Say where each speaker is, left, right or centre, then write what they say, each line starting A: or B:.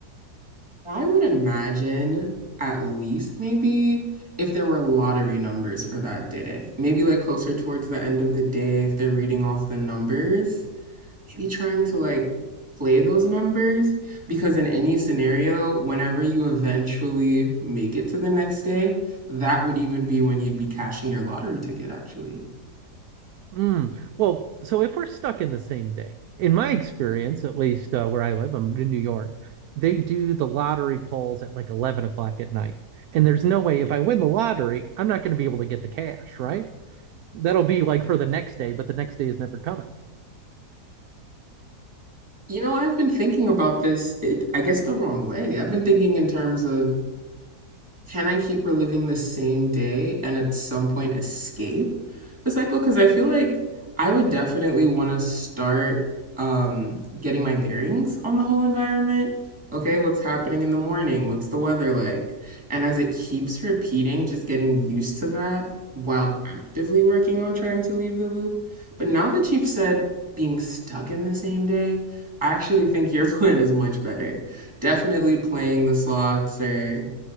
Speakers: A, on the right (about 15°); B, on the right (about 70°).
A: I would imagine at least maybe if there were lottery numbers for that day, maybe like closer towards the end of the day, if they're reading off the numbers, maybe trying to like play those numbers because in any scenario, whenever you eventually make it to the next day, that would even be when you'd be cashing your lottery ticket, actually.
B: Mm. Well, so if we're stuck in the same day, in my experience, at least uh, where I live, I'm in New York, they do the lottery polls at like 11 o'clock at night. And there's no way if I win the lottery, I'm not going to be able to get the cash, right? That'll be like for the next day, but the next day is never coming.
A: You know, I've been thinking about this, it, I guess the wrong way. I've been thinking in terms of Can I keep reliving the same day and at some point escape the cycle? Because I feel like I would definitely want to start um, getting my bearings on the whole environment. Okay, what's happening in the morning? What's the weather like? And as it keeps repeating, just getting used to that while actively working on trying to leave the loop. But now that you've said being stuck in the same day, I actually think your <laughs> plan is much better. Definitely playing the slots or